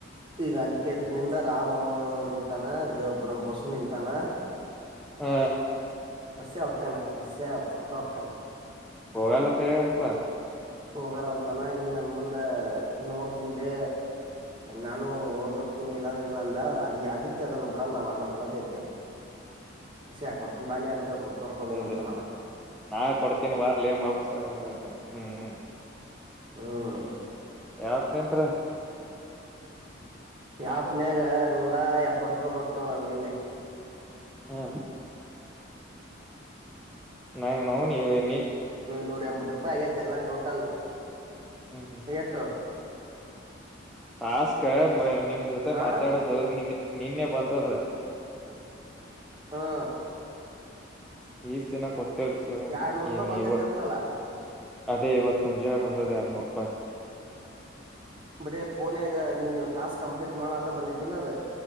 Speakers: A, on the right; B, in the centre.
A: ಈಗ ಅನಿಕೇತಿನಿಂದ ರಾಮು ನಿಂತಾನ ಗಬ ಬಸವ ನಿಂತಾನ.
B: ಹಾ.
A: ಬಸ್ಸ್ಯ ಒಕ್ಕಾನ ಬಸ್ಸ್ಯ ಪಕ್ಕಾ ಒಕ್ಕಾನವ.
B: ಹೋಗಲ್ಲ ತಿಳ ಅನಪ.
A: ಹೋಗಲ್ಲ ಅಂದನ ಈ ನನ್ ಮುಂದ ನೋಡ್ತಿಂದ್ಲೆ ನಾನು ಹೋದ್ರಕ್ಕಿನಿ ಇಲ್ಲಾಂದ್ರ ಇಲ್ಲಾಂದ ಅದ ಆದಿತ್ಯ ಅದನ್ನ ಬಿಡಲ್ಲವ ನನ್ಗ್ ಗೊತ್ತೈತಿ. ಹಷಿ ಹಾಕ ಕೊಡ್ತನ ಬಾಲ್ಯ ಅಂತ. ಹೇಳ ಕರ್ಕೊಂಡ್
B: ಅದೇ
A: ಹೋಗ್ಬ
B: ಅದೇ
A: ಬಿಡ್ತಾನ ಅವ
B: ನಾ ಕೊಡತೀನ ವಾರ್ಲ ಮಬ್ಬು ಸೂಳೆಮಗನೆ ಅಂತನ. ಹ್ಮ್.
A: ಹಾ.
B: ಯಾವತ್ಂತ್ರ.
A: ಯಾಪ್ನ್ಯಾಗ ನೂರ ಎಪ್ಪತ್ ರೂಪಾಯಿ ಬತ್ ನೋಡಲ್ ನಿನ್ನೆ.
B: ಹಾ. ನಾ ನೌನ ನೀ.
A: ನೂರ ಎಂಬತ್ತು ರೂಪಾಯಿ ಆಗೇತಿ ಎಲ್ಲ ಟೋ. ಅಲ್ಲ.
B: ಹ್ಮ್
A: ಏಟು.
B: ಟಾಸ್ಕ ಮ ನಿಮ್. ನ ಜೊತೆ
A: ಆ
B: ಮಾತಾಡೋದು ನಿನ್ನೆ. ನಿನ್ನೆ ಬಂದದ.
A: ಹಾ.
B: ಈಷ್ಟ ದಿನ ಕೊಟ್ಟ. ಮ
A: ಎರಡ್ನೂರು ರೂಪಾಯಿ
B: ಏನ
A: ಬಂದೈತ್
B: ಇವ
A: ಅಂತಲ್ಲ
B: ಅದೇ ಇವತ್ ಮುಂಜಾನ ಬಂದದ ಎರಡ್ನೂರು. ಹಾಯ.
A: ಬರೆ ಪೋನಾಗ ನೀನು ಟಾಸ್ಕ್ ಕಂಪ್ಲೀಟ್ ಮಾಡ್ಲಾರ್ದ ಬಂದೈತಿಲ್ಲ ಅದ